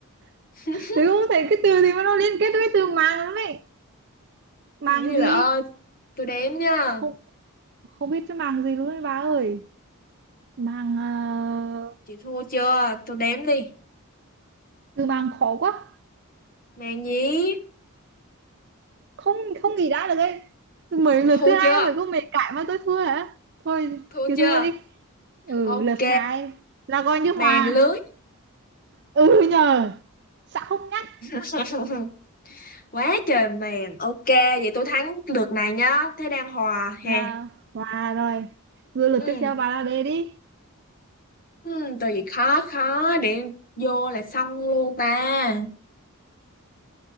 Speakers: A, on the left; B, on the right.
A: <laughs>
B: tớ không thấy cái từ gì mà nó liên kết với từ màng lắm ấy
A: Tôi
B: màng
A: nghĩ đi
B: gì
A: bà ơi, tôi đếm nha.
B: không không biết cái màng gì luôn đấy bà ơi màng ờ,
A: Chị thua chưa? Tôi đếm đi.
B: từ màng khó quá
A: Màng gì?
B: không không nghĩ ra được ấy mấy
A: Tôi
B: lượt
A: thua
B: thứ hai
A: chưa?
B: mới có mày cãi mà tôi thua hả thôi
A: Thua
B: chịu
A: chưa?
B: thua đi ừ
A: Ok,
B: lượt hai là coi như
A: màng
B: hòa
A: lưới.
B: ừ nhờ sao không nhắc
A: <laughs> Quá trời màng. Ok, vậy tôi thắng lượt này nhá. Thế đang hòa
B: là
A: hè.
B: hòa rồi rồi lượt
A: Ừ.
B: tiếp theo bà là đề đi
A: Ừ, từ gì khó khó để vô là xong luôn ta